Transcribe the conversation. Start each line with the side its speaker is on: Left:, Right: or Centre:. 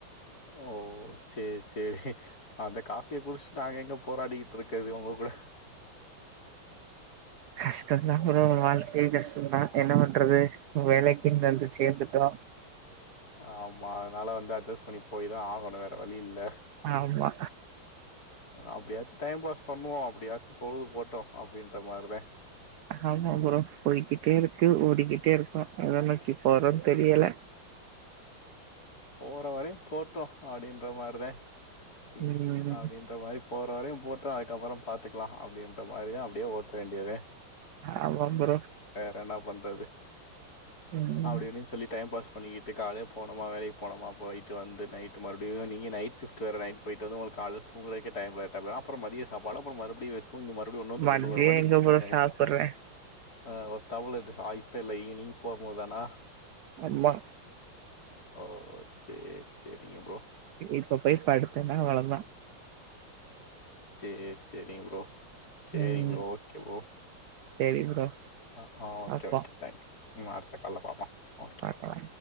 Left: ஓ சேரி சேரி அந்த காஃபிய குடிச்ட்டு நாங்க எங்க போராடிக்கிட்டு இருக்கற்து உங்க கூட
Right: கஷ்டம்தா ப்ரோ வாழ்க்கையே கஷ்டம்தா என்ன பண்றது வேலைக்குன்னு வந்து சேர்ந்துட்டோ
Left: ஆமா அதனால வந்து அட்ஜஸ்ட் பண்ணி போய் தா ஆகணு வேற வழி இல்ல
Right: ஆமா
Left: அப்டியாச்சு டைம் பாஸ் பண்ணுவோ அப்டியாச்சு பொழுது போட்டு அப்டின்ற மாரிதா
Right: ஆமா ஃப்ரோ போய்கிட்டே இருக்கு ஓடிக்கிட்டே இருக்கோ ஏத நோக்கி போறோ தெரியல
Left: போற வரையு போட்டு அப்டின்ற மாரிதா இ
Right: ம்
Left: அப்டின்ற மாரி போற வரையு போட்டு அதுக்கப்புறோ பாத்துக்குலா அப்டின்ற மாரியே அப்டியே ஓட்ட வேண்டியதா
Right: ஆமா ப்ரோ
Left: வேற என்ன பண்றது
Right: ம்
Left: அப்டின்னு சொல்லி டைம் பாஸ் பண்ணிக்கி ட்டு காலையிலே போனமா வேலைக்கு போனமா போயிட்டு வந்து நைட்டு மறுப்டியு நீங்க நைட்டு சஷிஃப்ட் வேர நைட் போயிட்டு வந்து உங்கள கால்லு தூங்குறதுக்கே டைம் <unintelligible> அப்புறோ மதிய சாப்பாடு அப்புறோ மறுப்டியு தூங்கி மறுபடியு இன்னொரு தூக்கோ
Right: மதிய
Left: தூங்குற மாரி
Right: எங்க
Left: <unintelligible>
Right: ப்ரோ சாப்புட்றே
Left: ஆ ஒருத்தவுள இது வாய்ப்பே இல்ல ஈவினிங் போபோ தானா
Right: ஆமா
Left: ஓ சே சேரிங்க ப்ரோ
Right: இப்ப போய் பாடுத்தேன்னா அவ்வளதா
Left: சேர் செரிங்க ப்ரோ சேரிங்க
Right: ம்
Left: ப்ரோ ஓகே ப்ரோ
Right: செரி ப்ரோ
Left: ஆ ஓகே
Right: பாப்போ
Left: ஒகே பாய் ம் அடுத்த கால்ல பாப்போ ஓகே
Right: பாக்கலா
Left: ப்ரோ